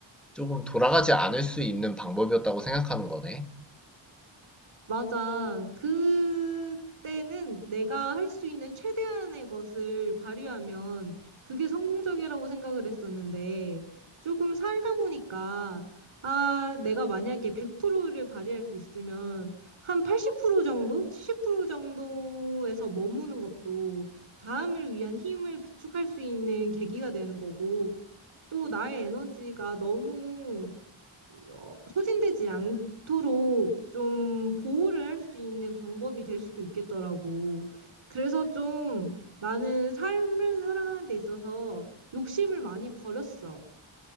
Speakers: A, in the centre; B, on the right.
A: 조금 돌아가지 않을 수 있는 방법이었다고 생각하는 거네.
B: 맞아. 그때는 내가 할 수 있는 최대한의 것을 발휘하면 그게 성공적이라고 생각을 했었는데 조금 살다 보니까 아, 내가 만약에 100%를 발휘할 수 있으면 한 80% 정도? 70% 정도에서 머무는 것도 다음을 위한 힘을 비축할 수 있는 계기가 되는 거고 또 나의 에너지가 너무 어, 소진되지 않도록 좀 보호를 할 수 있는 방법이 될 수도 있겠더라고. 그래서 좀 나는 삶을 살아가는 데 있어서 욕심을 많이 버렸어.